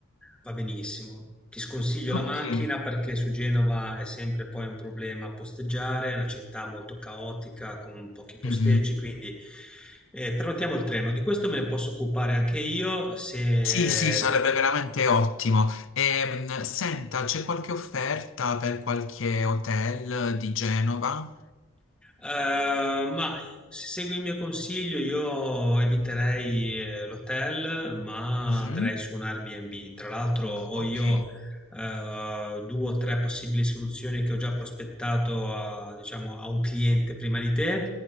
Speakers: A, in the centre; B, on the left.
A: va benissimo. Ti sconsiglio la
B: Ok.
A: macchina perché su Genova è sempre poi un problema posteggiare, è una città molto caotica con pochi posteggi,
B: Mhm.
A: quindi eh, prenotiamo il treno. Di questo me ne posso occupare anche io se
B: Sì, sì, sarebbe veramente ottimo. Ehm, senta, c'è qualche offerta per qualche hotel di Genova?
A: Eh, ma se segui il mio consiglio, io eviterei eh, l'hotel, ma
B: Mhm.
A: andrei su un Airbnb. Tra l'altro, ho
B: Ok.
A: io eh, due o tre possibili soluzioni che ho già prospettato a, diciamo, a un cliente prima di te.